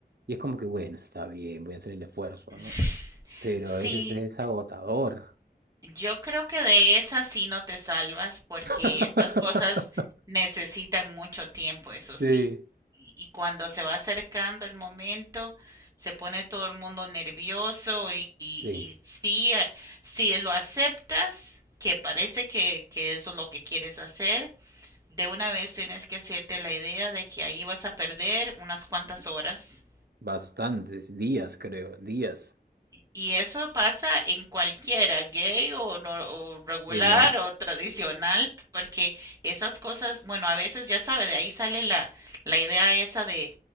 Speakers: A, on the right (about 70°); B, on the right (about 20°).
A: Y es como que, bueno, está bien, voy a hacer el esfuerzo,
B: <laughs>
A: ¿no? Pero
B: Sí,
A: a veces es agotador.
B: Yo creo que de esas sí no te salvas porque
A: <laughs>
B: estas cosas necesitan mucho tiempo, eso sí.
A: Sí,
B: Y y cuando se va acercando el momento, se pone todo el mundo nervioso y, y,
A: sí,
B: y sí, eh, si lo aceptas, que parece que, que eso es lo que quieres hacer, de una vez tienes que hacerte la idea de que ahí vas a perder unas cuantas horas
A: bastantes días, creo, días.
B: y eso pasa en cualquiera, gay o, no, o regular
A: Sí, ¿no?
B: o tradicional, porque esas cosas, bueno, a veces ya sabe, de ahí sale la, la idea esa de